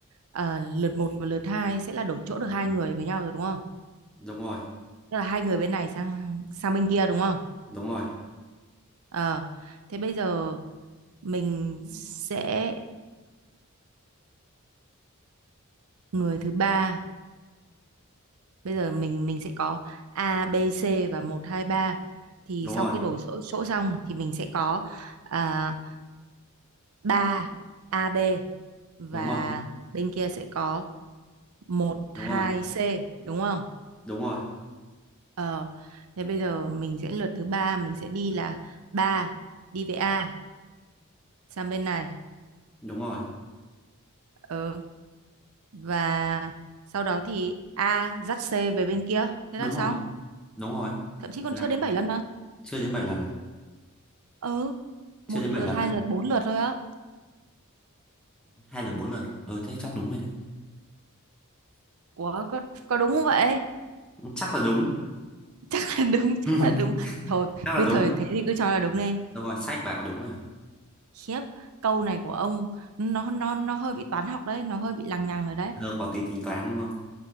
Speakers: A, on the right; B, in the centre.
A: ờ, lượt một và lượt hai sẽ là đổi chỗ được hai người với nhau rồi đúng không
B: đúng rồi
A: tức là hai người bên này sang sang bên kia đúng không
B: đúng rồi
A: ờ thế bây giờ mình sẽ người thứ ba bây giờ mình mình sẽ có A B C và một 2 ba thì
B: đúng rồi
A: sau khi đổi chỗ, chỗ xong thì mình sẽ có à, ba a AB và
B: đúng rồi
A: bên kia sẽ có một hai
B: đúng rồi
A: C đúng không?
B: đúng rồi
A: Ờ thế bây giờ mình sẽ lượt thứ ba mình sẽ đi là 3 đi về A sang bên này
B: đúng rồi
A: ờ và sau đó thì A dắt C về bên kia thế
B: đúng
A: là xong
B: rồi đúng rồi
A: thậm chí còn
B: là
A: chưa đến 7 lần mà
B: chưa đến 7 lần à
A: ừ
B: chưa
A: một
B: đến 7
A: lượt
B: lần
A: hai
B: á
A: lượt bốn lượt thôi á
B: hay là bốn lượt à? ừ thế chắc đúng rồi đấy
A: Ủa có có đúng không vậy? <laughs>
B: chắc là đúng
A: Chắc là đúng, chắc
B: <laughs>
A: là đúng. Thôi,
B: chắc là
A: cứ
B: đúng
A: thời thế thì cứ cho là đúng đi.
B: đúng rồi sách bảo đúng rồi à?
A: Khiếp, câu này của ông nó nó nó hơi bị toán học đấy, nó hơi bị lằng nhằng rồi đấy.
B: Thơ có tí tính toán đúng không